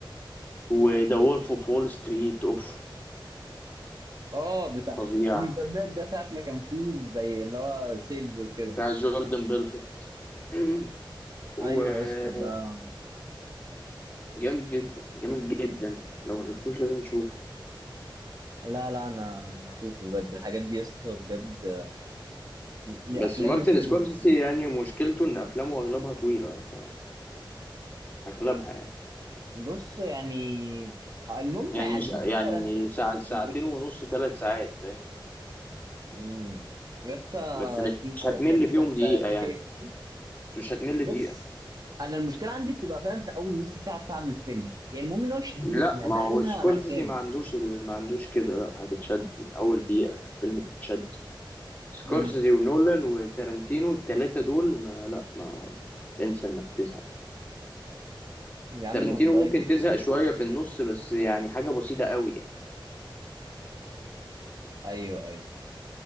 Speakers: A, on the left (about 20°); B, on the right (about 50°).
A: وذا وولف اوف وول ستريت اوف
B: اه بتاع
A: فظيع
B: المكالمات ده ساعة ما كان فيه زي اللي هو سيلز وكده
A: بتاع جوردن بيلفورت <clears throat> وجامد
B: ايوه يا اسطى ده
A: جدا جامد جدا لو ما شفتوش لازم تشوفه
B: لا لا انا اشوفه بجد الحاجات دي يا اسطى بجد الافلام
A: بس مارتن
B: يا اسطى
A: سكورسيزي
B: بت-
A: يعني مشكلته ان افلامه اغلبها طويله ف- اغلبها يعني
B: بص يعني المهم
A: يعني
B: ما يعديش
A: مش يعني
B: مثلا
A: ساعة ساعتين
B: بك...
A: ونص ثلاث ساعات فاهم
B: مم. يا اسطى
A: بس مش
B: رخمين
A: مش
B: قوي
A: هتمل
B: الافلام الثلاث
A: فيهم دقيقه
B: ساعات دي
A: يعني
B: <laughs>
A: بس مش هتمل
B: بص
A: دقيقه
B: انا المشكله عندي بتبقى فاهم في اول نص ساعه ساعه من الفيلم يعني المهم ان هو يشدني
A: لا
B: فيها
A: ما
B: ده
A: هو
B: اللي انا
A: سكورسيزي
B: محتاجه
A: ما عندوش ال- ما عندوش كده لا هتتشد من اول دقيقه في الفيلم بتتشد سكورسيزي
B: امم
A: ونولان وتارنتينو الثلاثه دول ما لا ما انسى انك تزهق
B: يا عم
A: تارنتينو
B: والله
A: ممكن تزهق شويه في النص بس يعني حاجه بسيطه قوي يعني
B: ايوه ايوه